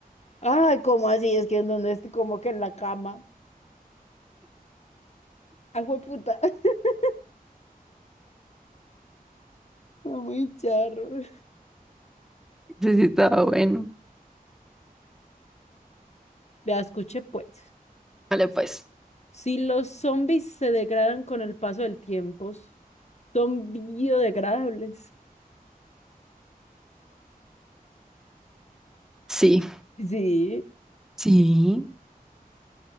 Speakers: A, on the left; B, in the centre.
A: ay, ¿cómo así? Es que en donde estoy como que en la cama. Ay, puta. <laughs> Muy charro.
B: <laughs> Ese sí estaba bueno.
A: Vea, escuche pues.
B: Vale, pues.
A: Si los zombies se degradan con el paso del tiempo, son biodegradables.
B: Sí.
A: Sí,
B: Sí.